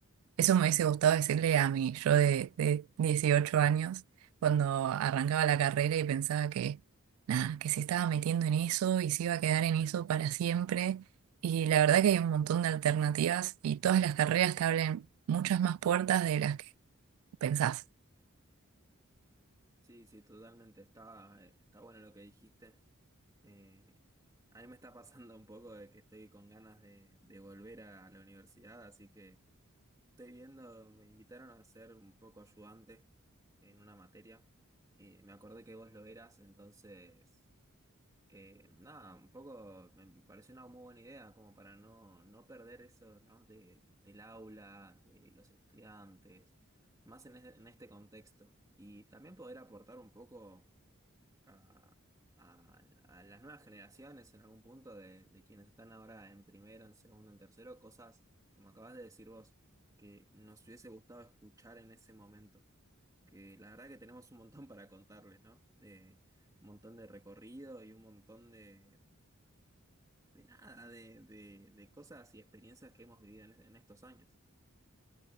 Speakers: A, on the right; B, on the right.
A: eso me hubiese gustado decirle a mí, yo de, de 18 años, cuando arrancaba la carrera y pensaba que, nada, que se estaba metiendo en eso y se iba a quedar en eso para siempre y la verdad que hay un montón de alternativas y todas las carreras te abren muchas más puertas de las que pensás.
B: Sí, sí, totalmente, está, está bueno lo que dijiste. Eh, a mí me está pasando un poco de que estoy con ganas de, de volver a la universidad, así que estoy viendo, me invitaron a ser un poco ayudante en una materia. Eh, me acordé que vos lo eras, entonces, eh, nada, un poco me pareció una muy buena idea como para no, no perder eso, ¿no? de- del aula, de los estudiantes, más en este, en este contexto. Y también poder aportar un poco a, a- a las nuevas generaciones en algún punto de, de quienes están ahora en primero, en segundo, en tercero, cosas, como acabas de decir vos, que nos hubiese gustado escuchar en ese momento. Que la verdad que tenemos un montón para contarles, ¿no? Eh, un montón de recorrido y un montón de, de nada, de, de- de cosas y experiencias que hemos vivido en, en estos años.